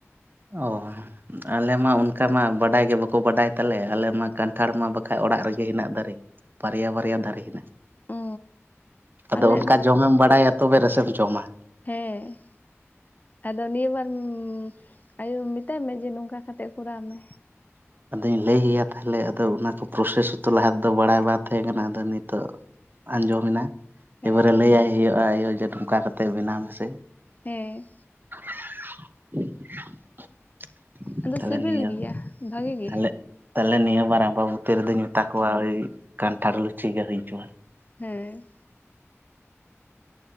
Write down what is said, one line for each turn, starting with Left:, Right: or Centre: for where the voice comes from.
Right: ᱚ, ᱟᱞᱮ ᱢᱟ ᱚᱱᱠᱟ ᱢᱟ ᱵᱟᱰᱟᱭ ᱜᱮ ᱵᱟᱠᱚ ᱵᱟᱰᱟᱭ ᱛᱟᱞᱮ, ᱟᱞᱮ ᱢᱟ ᱠᱟᱱᱴᱷᱟᱲ ᱢᱟ ᱵᱟᱠᱷᱟᱡ ᱚᱲᱟᱜ ᱨᱮᱜᱮ ᱦᱮᱱᱟᱜ ᱛᱟᱨᱮ᱾ ᱵᱟᱨᱭᱟ ᱵᱟᱨᱭᱟ ᱫᱟᱨᱮ ᱦᱮᱱᱟᱜᱼᱟ,
Left: ᱚ
Right: ᱟᱫᱚ
Left: ᱟᱞᱮᱭᱟᱜ
Right: ᱚᱱᱠᱟ
Left: ᱫᱚ
Right: ᱡᱚᱢᱮᱢ ᱵᱟᱲᱟᱭᱟ ᱛᱚᱵᱮ ᱨᱮᱥᱮᱢ ᱡᱚᱢᱟ!
Left: ᱦᱮᱸ, ᱟᱫᱚ ᱱᱤᱭᱟᱹ ᱵᱟᱨ ᱩᱸ ᱟᱭᱳ ᱢᱮᱛᱟᱭ ᱢᱮ ᱡᱮ, ᱱᱚᱝᱠᱟ ᱠᱟᱛᱮ ᱠᱚᱨᱟᱣ ᱢᱮ,
Right: ᱟᱫᱚᱹᱧ ᱞᱟᱹᱭ ᱭᱟ ᱛᱷᱟ ᱞᱮ, ᱟᱫᱚ ᱚᱱᱟ ᱠᱚ ᱯᱨᱚᱥᱮᱥ ᱦᱚᱛᱚ ᱞᱟᱦᱟᱫᱽ ᱫᱚ ᱵᱟᱲᱟᱭ ᱵᱟᱝ ᱛᱟᱦᱮ ᱠᱟᱱᱟ, ᱟᱫᱚ ᱱᱤᱛᱚᱜ ᱟᱸᱡᱚᱢᱮᱱᱟ,
Left: ᱦᱮᱸ
Right: ᱮᱵᱟᱨᱮ ᱞᱟᱹᱭᱟᱭ ᱦᱩᱭᱩᱜᱼᱟ ᱟᱭᱳ ᱡᱮ, ᱱᱚᱝᱠᱟ ᱠᱟᱛᱮ ᱵᱮᱱᱟᱣ ᱢᱮᱥᱮ᱾
Left: ᱦᱮᱸ,
Right: <inaudible>
Left: ᱟᱫᱚ
Right: ᱛᱟᱦᱚᱞᱮ
Left: ᱥᱤᱵᱤᱞ
Right: ᱱᱤᱭᱟᱹ
Left: ᱜᱮᱭᱟ ᱵᱷᱟᱜᱮ ᱜᱮ᱾
Right: ᱟᱞᱮ ᱛᱟᱦᱚᱞᱮ ᱱᱤᱭᱟᱹ ᱵᱟᱨ ᱟᱢᱵᱟᱵᱚᱛᱤ ᱨᱮ ᱫᱚᱧ ᱢᱮᱛᱟ ᱠᱚᱣᱟ ᱳᱭ ᱠᱟᱱᱴᱷᱟᱲ ᱞᱩᱪᱷᱤ ᱜᱮ ᱦᱩᱭᱪᱚ᱾
Left: ᱦᱮᱸ᱾